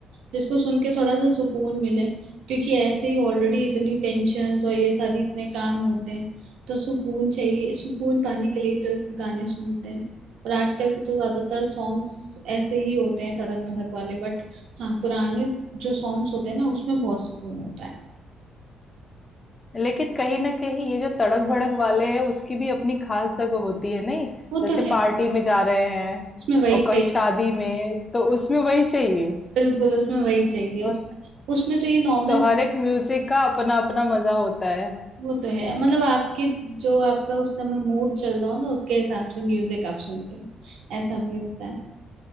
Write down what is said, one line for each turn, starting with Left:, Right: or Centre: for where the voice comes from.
Right: जिसको सुन के थोड़ा सा सुकून मिले क्योंकि ऐसे ही ऑलरेडी इतनी टेंशन्स और ये सारी इतने काम होते हैं तो सुकून चाहिए सुकून पाने के लिए तो गाने सुनते हैं और आजकल के तो ज्यादातर सॉन्ग्स ऐसे ही होते हैं तड़क भड़क वाले बट हाँ पुराने जो सॉन्ग्स होते हैं ना उसमें बहुत सुकून होता है
Left: लेकिन कहीं ना कहीं ये जो तड़क भड़क वाले हैं उसकी भी अपनी खास जगह होती है नहीं
Right: वो
Left: जैसे
Right: तो है
Left: पार्टी में जा रहे हैं
Right: उसमें वही
Left: और
Right: चाहिए
Left: कहीं शादी में तो उसमें वही चाहिए
Right: बिल्कुल उसमें वही चाहिए
Left: और
Right: उस, उसमें तो ये नॉर्मल
Left: तो हर एक म्यूजिक का अपना अपना मजा होता है
Right: वो तो है मतलब आपके जो आपका उस समय मूड चल रहा हो ना उसके हिसाब से म्यूजिक आप सुनते हो ऐसा भी होता है